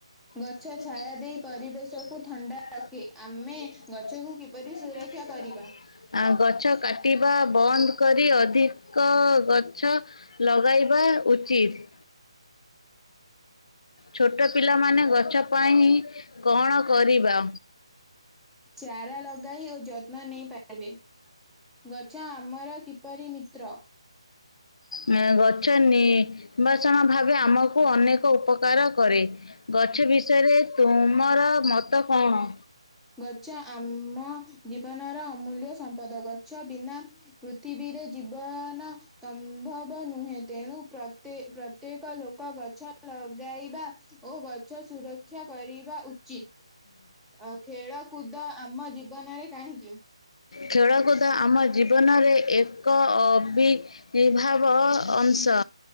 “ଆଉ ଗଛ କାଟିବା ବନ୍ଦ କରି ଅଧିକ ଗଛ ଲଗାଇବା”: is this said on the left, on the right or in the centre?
Left